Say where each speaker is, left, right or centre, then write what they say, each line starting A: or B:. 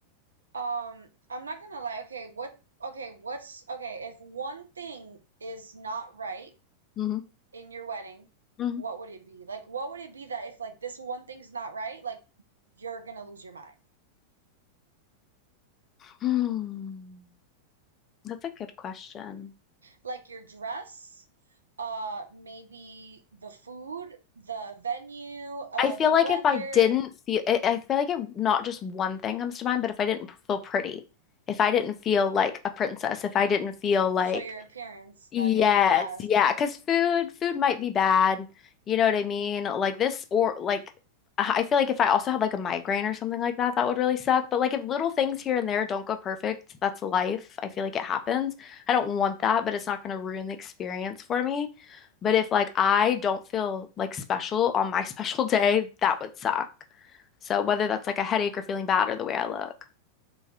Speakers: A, on the right; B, on the left.
A: Um, I'm not gonna lie. Okay, what? Okay, what's okay? If one thing is not right,
B: hmm
A: in your wedding,
B: hmm
A: what would it be? Like, what would it be that if like this one thing's not right, like you're gonna lose your mind?
B: Hmm. That's a good question.
A: Like your dress, uh, maybe the food, the venue, uh,
B: I feel
A: the
B: like
A: weather.
B: if I didn't feel, I I feel like if not just one thing comes to mind, but if I didn't feel pretty, if I didn't feel like a princess, if I didn't feel like
A: So your appearance
B: Yes,
A: that day, yes.
B: yeah, because food food might be bad. You know what I mean? Like this or like I I feel like if I also had like a migraine or something like that, that would really suck. But like if little things here and there don't go perfect, that's life. I feel like it happens. I don't want that, but it's not going to ruin the experience for me. But if like I don't feel like special on my <laughs> special day, that would suck. So whether that's like a headache or feeling bad or the way I look.